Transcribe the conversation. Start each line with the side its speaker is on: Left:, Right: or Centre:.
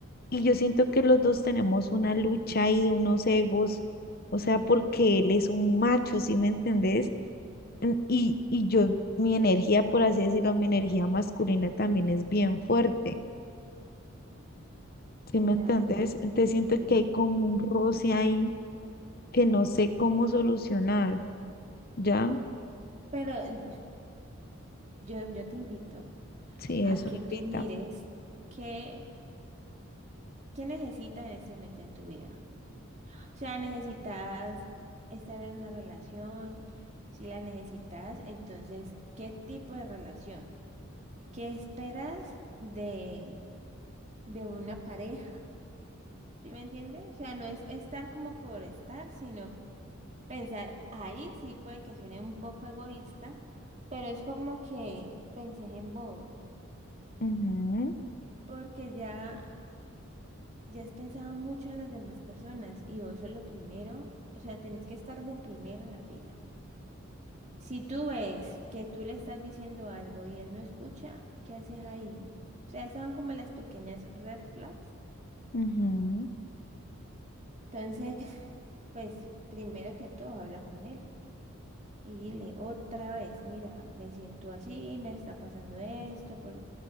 Left: Y yo siento que los dos tenemos una lucha ahí de unos egos, o sea, porque él es un macho, ¿sí me entendés? En- Y, y yo, mi energía, por así decirlo, mi energía masculina también es bien fuerte, ¿sí me entendés?
Right: Ya.
Left: Entonces siento
Right: em,
Left: que hay como un roce ahí que no sé cómo solucionar, ¿ya?
Right: Pero mm, yo, yo te invito
Left: Sí,
Right: a
Left: eso,
Right: que
Left: invita.
Right: tú mires qué, qué necesitas en este momento en tu vida. O sea, necesitas estar en una relación, si la necesitas, entonces, ¿qué tipo de relación? ¿Qué esperas de, de una pareja? ¿Sí me entiendes? O sea, no es estar como por estar, sino pensar, ahí sí puede que suene un poco egoísta, pero es como que pensé en vos,
Left: Ujú,
Right: porque ya, ya has pensado mucho en las demás personas y vos sos lo primero, o sea, tenés que estar de primero en la fila. Si tú ves que tú le estás diciendo algo y él no escucha, ¿qué haces ahí? O sea, esas son como las pequeñas red flags.
Left: ujú.
Right: Entonces, <laughs> pues primero que todo, habla con él y dile otra vez, mira, me siento así, me está pasando esto por,